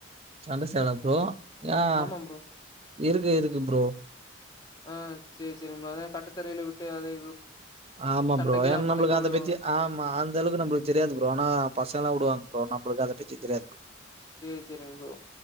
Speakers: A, on the right; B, on the left.
A: சண்டை சேலஅ ப்ரோ ஆஹ்
B: ஆமா ப்ரோ
A: இருக்கு இருக்கு ப்ரோ
B: ஆஹ் சேரி சேரிங் ப்ரோ அதா கட்டத்தறையில விட்டு அதை
A: ஆமா
B: சண்டைக்கெல்லா
A: புரோ ஏன்
B: பழக்கி
A: நம்மளுக்கு
B: விடுவாங்க
A: அதை பத்தி ஆமா அந்த அளவுக்கு நம்மளுக்கு தெரியாது புரோ ஆனா பசங்க உடுவாங் ப்ரோ நம்மளுக்கு அத பதி தெரியாது
B: சேரி சேரிங்க ப்ரோ